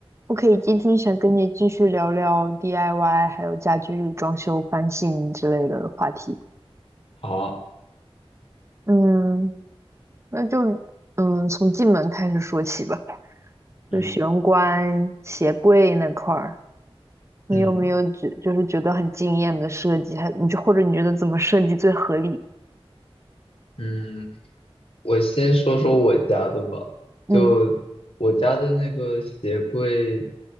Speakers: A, on the right; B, on the left.
A: 我可以今天想跟你继续聊聊 DIY，还有家居装修翻新之类的话题。
B: 好，
A: 嗯，那就嗯从进门开始说起吧，
B: 嗯
A: 就玄关、鞋柜那块儿，你有没有觉就是觉得很惊艳的设计？
B: 嗯
A: 还你就或者你觉得怎么设计最合理？
B: 嗯，我先说说我家的吧。
A: 嗯
B: 就我家的那个鞋柜，